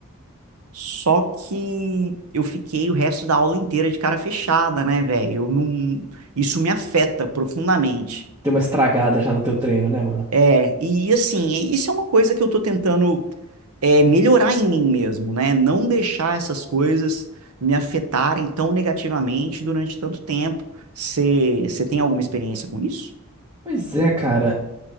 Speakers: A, on the right; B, on the right.
A: Só que eu fiquei o resto da aula inteira de cara fechada, né, velho? Eu não, isso me afeta profundamente.
B: Tem uma estragada já no teu treino, né, mano?
A: É, e assim, isso é uma coisa que eu tô tentando é, melhorar em mim mesmo, né? Não deixar essas coisas me afetarem tão negativamente durante tanto tempo. Você tem alguma experiência com isso?
B: Pois é, cara.